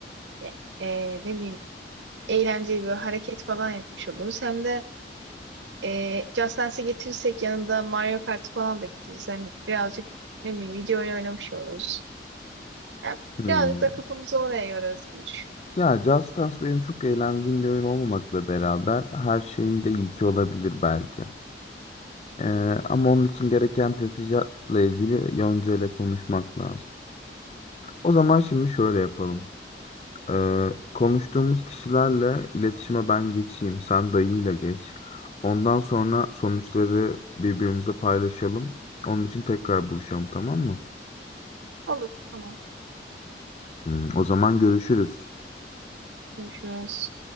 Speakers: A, on the right (about 85°); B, on the left (about 35°).
A: e, e, ne bileyim eğlenceli bir hareket falan yapmış oluruz. Hem de e, Just Dance'i getirirsek yanında Mario Kart falan da getiririz. Hem birazcık ne bileyim video oyunu oynamış oluruz. Hem
B: Hmm.
A: birazcık da kafamızı oraya yorarız gibi düşünüyorum.
B: Ya Just Dance benim çok eğlendiğim bir oyun olmamakla beraber her şeyin de ilki olabilir belki. Ee, ama onun için gereken teçhizatla ilgili Yonca ile konuşmak lazım. O zaman şimdi şöyle yapalım. Ee, konuştuğumuz kişilerle iletişime ben geçeyim, sen dayıyla geç. Ondan sonra sonuçları birbirimize paylaşalım. Onun için tekrar buluşalım, tamam mı?
A: Olur tamam.
B: Hmm, o zaman görüşürüz.
A: Görüşürüz.